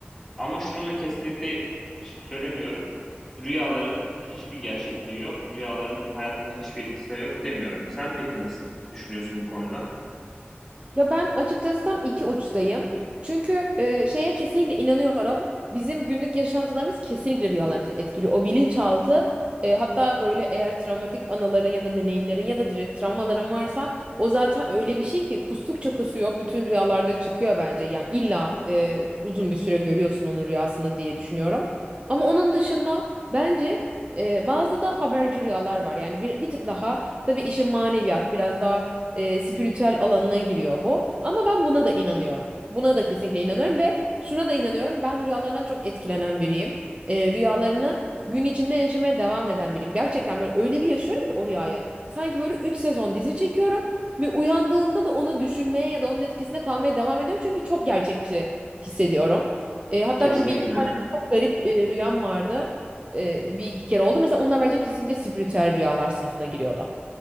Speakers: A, in the centre; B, on the right.
A: Ama şunu da kesinlikle söylemiyorum. Rüyaların hiçbir gerçekliği yok. Rüyaların hayatımızda hiçbir etkisi de yok demiyorum. Sen peki nasıl düşünüyorsun bu konuda?
B: Ya ben açıkçası tam iki uçtayım. Çünkü e, şeye kesinlikle inanıyorum. Bizim günlük yaşantılarımız kesinlikle rüyalarımızı etkiliyor. O bilinçaltı e, hatta böyle eğer travmatik anıların ya da deneyimlerin ya da direkt travmaların varsa o zaten öyle bir şey ki kustukça kusuyor bütün rüyalarda çıkıyor bence. Yani illa e, uzun bir süre görüyorsun onun rüyasını diye düşünüyorum. Ama onun dışında bence e, bazı da haberci rüyalar var. Yani bir, bir tık daha tabii işin maneviyat biraz daha e, spiritüel alanına giriyor bu. Ama ben buna da inanıyorum. Buna da kesinlikle inanıyorum ve şuna da inanıyorum. Ben rüyalarından çok etkilenen biriyim. E, rüyalarını gün içinde yaşamaya devam eden biriyim. Gerçekten böyle öyle bir yaşıyorum ki o rüyayı. Sanki böyle 3 sezon dizi çekiyorum ve uyandığımda da onu düşünmeye ya da onun etkisinde kalmaya devam ediyorum. Çünkü çok gerçekçi hissediyorum. E, hatta
A: Kesinlikle.
B: böyle bir iki tane çok garip e, rüyam vardı. E, bir iki kere oldu. Mesela onlar bence kesinlikle spiritüel rüyalar sınıfına giriyordu.